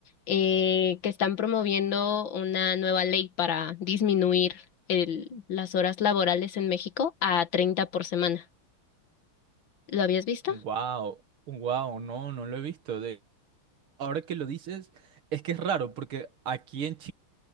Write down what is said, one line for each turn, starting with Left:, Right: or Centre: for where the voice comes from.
Left: eh, que están promoviendo una nueva ley para disminuir el, las horas laborales en México a 30 por semana. ¿Lo habías visto?
Right: Wow, wow, no, no lo he visto. De, ahora que lo dices, es que es raro porque aquí en Chile